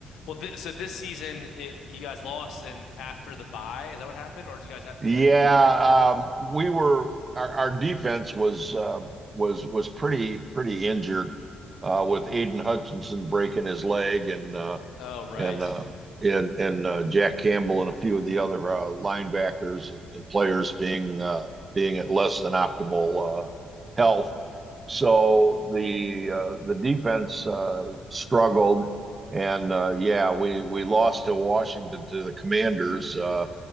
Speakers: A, on the left; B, on the right.
A: Well, th so this season it, you guys lost and after the bye, is that what happened or do you guys have
B: Yeah,
A: you guys put
B: um, we were our, our defense was uh, was was pretty pretty injured uh, with Aiden Hutchinson breaking his leg and uh,
A: Oh right.
B: and uh, and and uh, Jack Campbell and a few of the other uh, linebackers and, and players being uh, being at less than optimal uh, health. So the uh, the defense uh, struggled, and uh, yeah, we we lost to Washington to the Commanders. Uh,